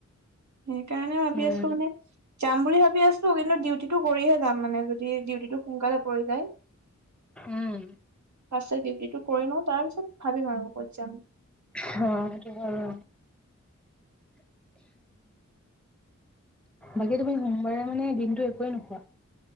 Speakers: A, on the right; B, in the centre.
A: সেইকাৰণে ভাবি
B: উম
A: আছো মানে যাম বুলি ভাবি আছো, কিন্তু ডিউটিটো কৰিহে যাম মানে যদি ডিউটিটো সোনকালে পৰি যায়। <inaudible>
B: উম
A: ফাৰ্ষ্ট তে ডিউটিটো কৰি লওঁ তাৰ পিছত ভাবিম আৰু কত যাম।
B: অ', সেইটো হয় বাৰো। বাকী তুমি সোমবাৰে মানে দিনতটো একোৱেই নোখোৱা?